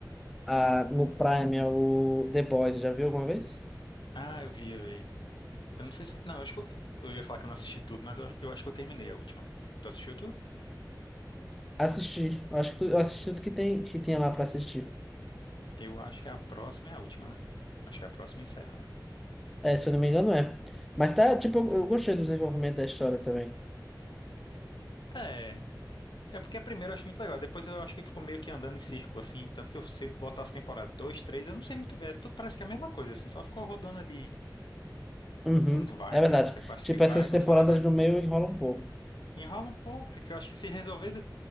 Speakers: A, in the centre; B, on the left.
A: a, no Prime é o The Boys, já viu alguma vez?
B: Ah, eu vi, eu vi. Eu não sei se. Não, eu acho que eu, eu ia falar que eu não assisti tudo, mas eu, eu acho que eu terminei a última. Tu assistiu tudo?
A: Assisti. Acho que tu- eu assisti tudo que tem, que tinha lá para assistir.
B: Eu acho que a próxima é a última, né? Acho que a próxima encerra, né?
A: É, se eu não me engano, é. Mas tá, tipo, eu, eu gostei do desenvolvimento da história também.
B: É. É porque a primeira eu acho muito legal, depois eu acho que ficou meio que andando em círculo, assim, tanto que eu- se eu botasse temporada 2, 3, eu não sei muito bem, é tudo parece que é a mesma coisa, assim, só ficou rodando ali,
A: Uhum,
B: não vai,
A: é verdade.
B: né? Você acha
A: Tipo,
B: que vai,
A: essas
B: não
A: temporadas
B: vai, vai,
A: do meio enrola um pouco.
B: enrola um pouco, porque eu acho que se resolver,